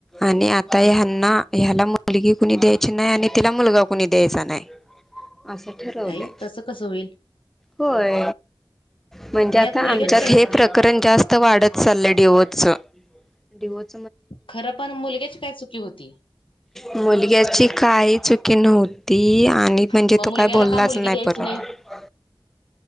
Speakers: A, in the centre; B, on the left (about 85°).
A: आणि आता
B: हम्म
A: ह्यांना. ह्याला मुलगी कुणी द्यायची नाही आणि तिला मुलगा कुणी द्यायचा नाही. असं ठरवलंय
B: आई तसं कसं होईल?
A: होय, म्हणजे
B: मग ह्यात
A: आता
B: मुलग्याची
A: आमच्यात
B: काय
A: हे
B: चुकी
A: प्रकरण
B: आहे
A: जास्त तर वाढत चाल डेवोच. हो <unintelligible>
B: खरं पण मुलग्याची काय चुकी होती?
A: मुलग्याची काही चुकी नव्हती आणि म्हणजे
B: मग
A: तो
B: मुलग्याला
A: काय बोललाच
B: का मुलगी
A: नाही
B: द्यायची
A: परत